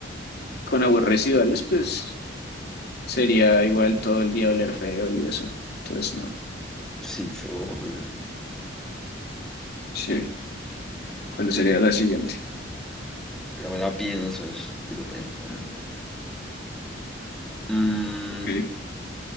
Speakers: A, on the left; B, in the centre.
A: con aguas residuales, pues sería igual todo el día oler feo y eso. Entonces, no.
B: Sí, fue horrible.
A: Sí. ¿Cuál sería la siguiente?
B: Ya me la pienso, sigo pensando. Mm,
A: Ok.